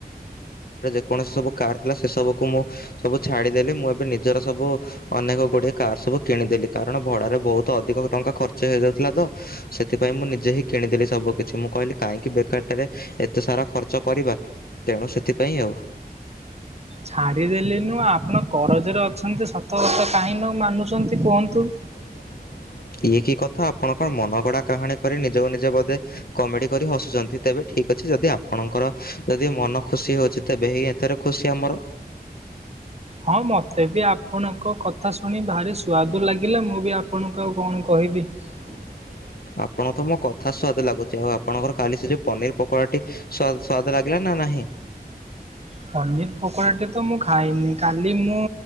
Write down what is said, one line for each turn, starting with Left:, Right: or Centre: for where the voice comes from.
Left: କୌଣସି ସବୁ କାର ଥିଲା ସେ ସବୁକୁ ମୁଁ ସବୁ ଛାଡିଦେଲି ମୁଁ ଏବେ ନିଜର ସବୁ ଅନେକ ଗୁଡ଼ିଏ କାର୍ ସବୁ କିଣିଦେଲି କାରଣ ଭଡ଼ାରେ ବହୁତ ଅଧିକ ଟଙ୍କା ଖର୍ଚ୍ଚ ହେଇଯାଉଥିଲା ତ ସେଥିପାଇଁ। ମୁଁ ନିଜେହିଁ କିଣିଦେଲି ସବୁ କିଛି ମୁଁ କହିଲି କାହିଁକି ବେକାର ଟାରେ ଏତେ ସାରା ଖର ଚ କରିବା ତେଣୁ ସେଥିପାଇଁ ଆଉ।
Right: ଛାଡିଦେଲିନୁ ଆପଣ କରଜରେ ଅଛନ୍ତି ସତ ଶତ କାହିଁ ନ ମାନୁଛନ୍ତି କୁହନ୍ତୁ।
Left: ହ ଇଏ କି କଥା ଆପଣ କଣ ମନ ଗଡା କାହାଣୀ କରି ନିଜ ନିଜ ବୋଧେ କମେଡି କରି ହସୁଛନ୍ତି ତେବେ ଠିକ୍ ଅଛି ଯଦି ଆପଣଙ୍କର ଯଦି ମନ ଖୁସି ହଉଛି ତେବେ ହେଇଥିରେ ଖୁସି ଆମର। <inaudible>
Right: ହଁ ମତେ ବି ଆପଣଙ୍କ କଥା ଶୁଣି ଭାରି ସୁଆଦୁ ଲାଗିଲା ମୁଁ ବି ଆପଣଙ୍କୁ ଆଉ କଣ କହିବି। ଇବି
Left: <inaudible> ଆପଣ ତ ମୋ କଥା ସ୍ଵାଦ ଲାଗୁଛି ଆଉ ଆପଣଙ୍କର କାଲି ସେ ଯୋଉ ପନିର ପକୋଡାଟି ସ୍ଵାଦ ଲାଗିଲା ନା ନା ନାହିଁ।
Right: ପନିର ପକୋଡାଟି ତ ମୁଁ ଖାଇନି କାଲି ମୁଁ